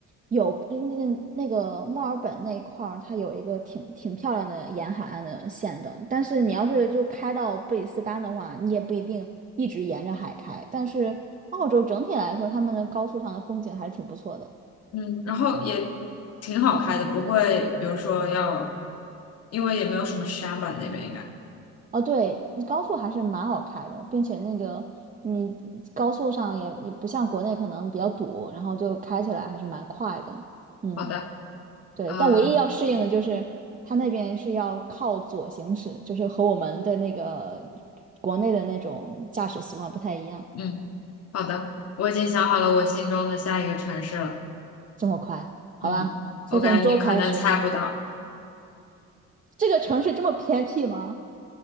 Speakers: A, on the right (about 25°); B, on the left (about 55°).
A: 有那那那个墨尔本那一块儿，它有一个挺挺漂亮的沿海岸的线的，但是你要是就开到布里斯班的话，你也不一定一直沿着海开，但是澳洲整体来说，他们的高速上的风景还是挺不错的。
B: 嗯，然后也挺好开的，不会，比如说要，因为也没有什么山吧，那边应该。
A: 哦，对，高速还是蛮好开的，并且那个你高速上也也不像国内可能比较堵，然后就开起来还是蛮快的。嗯，
B: 好的，
A: 对，
B: 呃，
A: 但唯一要适应的就是它那边是要靠左行驶，就是和我们的那个国内的那种驾驶习惯不太一样。
B: 嗯，好的，我已经想好了我心中的下一个城市了。
A: 这么快，好吧，
B: 嗯，
A: 先从周开始。
B: 我感觉你可能猜不到，
A: 这个城市这么偏僻吗？